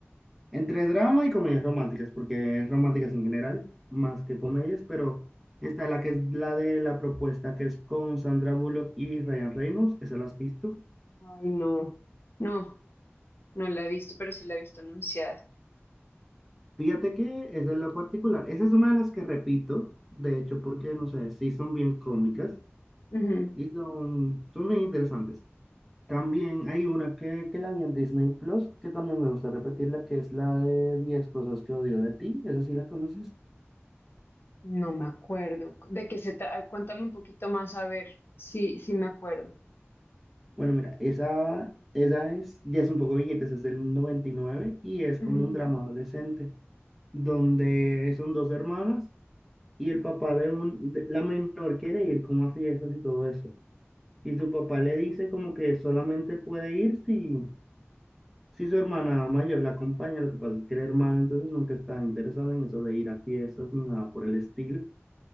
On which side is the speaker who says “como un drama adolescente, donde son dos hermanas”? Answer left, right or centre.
Centre